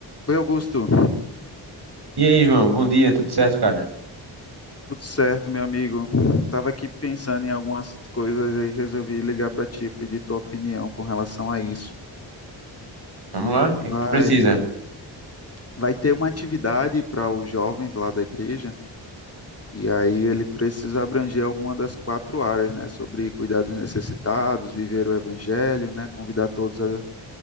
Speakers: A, on the left; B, on the right.
A: Oi, Augusto.
B: E aí, João, bom dia, tudo certo, cara?
A: Tudo certo, meu amigo? Tava aqui pensando em algumas coisas e resolvi ligar para ti, pedir tua opinião com relação a isso.
B: Vamos lá, o que
A: Vai,
B: é que tu precisa?
A: vai ter uma atividade para os jovens lá da igreja, e aí ele precisa abranger alguma das quatro áreas, né? Sobre cuidar dos necessitados, viver o evangelho, né? Convidar todos a,